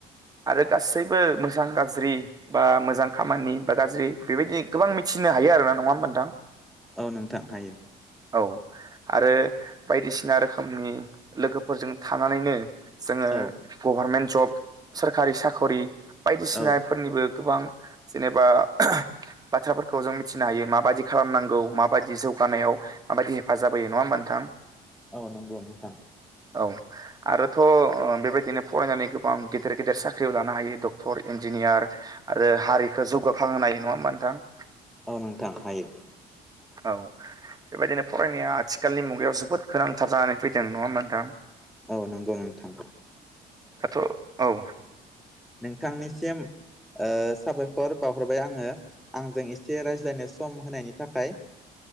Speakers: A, on the right; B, in the centre.
A: आरो गासैबो मोजां गाज्रि बा मोजां खामानि बा गाज्रि बेबायदि गोबां मिथिनो हायो आरोोना नङा होमबा नोंथां
B: औ नोंथां हायो
A: औ आरो बायदिसिना रोखोमनि लोगोफोरजों थानानैनो जोङो
B: औ
A: गभारमेन्ट जब सोरखारि साख'रि बायदिसिनाफोरनिबो
B: औ
A: गोबां जेनेबा बाथ्राफोरखौ जों मिथिनो हायो माबाददि खालामनांगौ माबायदि जौगानायाव माबायदि हेफाजाब होयो नङा होमा नोंथां
B: औ नंगौ नोंथां
A: औ आरो थ' बेबायदिनो फरायनानै गोबां गेदेर गेदेर साख्रियाव लानो हायो डक्टर इन्जिनियार आरो हारिखौो जौगाखां होनाय नङा होमबा नोंथां
B: औ नोंथां हायो
A: औ बेबायदिनो फरायनाया आथिखालनि मुगायाव जोबोद गोनांथार जानानै फैदों नङा मोनथां
B: औ नंगौ नोंथां
A: दाथ' औ
B: नोंथांनिसिम साबायखर बावहरबाय आङो आंजों एसे रायज्लायनो सम होनायनि थाखाय